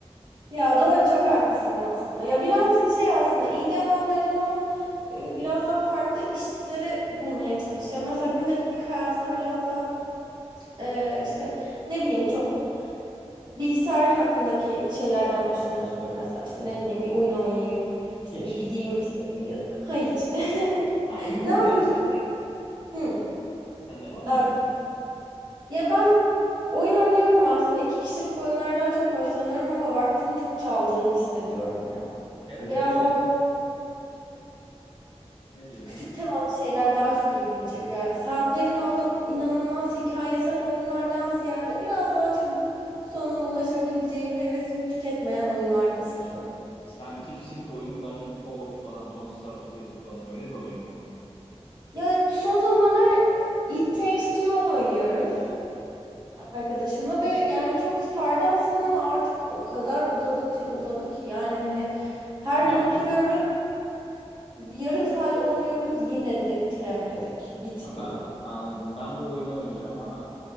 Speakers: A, on the right; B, on the left.
A: Ya doğru çok haklısın aslında. Ya birazcık şey aslında ilgi alanlarından e, biraz daha farklı işleri bulmaya çalış. Ya mesela gündelik hayatında biraz daha e, işte ne bileyim çok bilgisayar hakkındaki şeylerden hoşlanıyorsundur mesela. İşte ne bileyim bir oyun oynayayım.
B: Hiç.
A: İşte bir gideyim işte bir ha hiç. <laughs>
B: Ha oyun var
A: Ne yapıyorsun?
B: gerçi.
A: Hı,
B: Sende var mı
A: daha
B: oyun?
A: ya ben oyun oynuyorum aslında. İki kişilik oyunlardan çok hoşlanıyorum ama vaktimi çok çaldığını hissediyorum ya.
B: Evet
A: Biraz
B: de benim
A: daha böyle
B: ne diyordun?
A: Küçük temalı şeyler daha çok ilgimi çekiyor. Yani Saatlerimi alıp inanılmaz hikayesel oyunlardan ziyade biraz daha çabuk sonuna ulaşabileceğim, hevesimi tüketmeyen oyunlar istiyorum.
B: Sen iki kişilik oyun derken co-op falan, Don't Starve Together falan öyle bir oyun mu?
A: Ya son zamanlar It Takes Two oynuyoruz arkadaşımla ve yani çok sardı aslında ama artık o kadar uzadıkça uzadı ki yani hani her
B: Ben
A: gün oturuyoruz, bir yarım saat oynuyoruz yine de bitiremedik. Bitmiyor.
B: ha, ben anladım. Ben bu oyunu oynayacağım ama